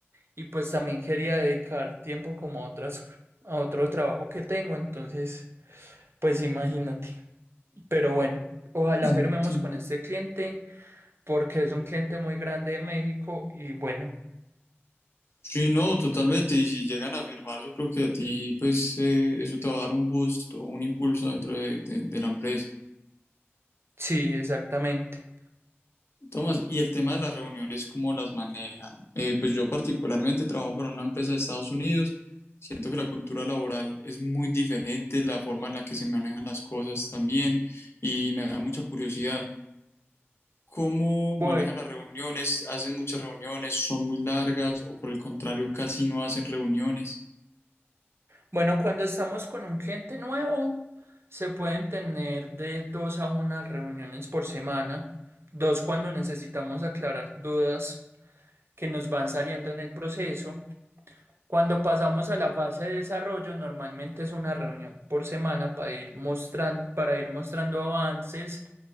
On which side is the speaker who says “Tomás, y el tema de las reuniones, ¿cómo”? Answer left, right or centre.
Left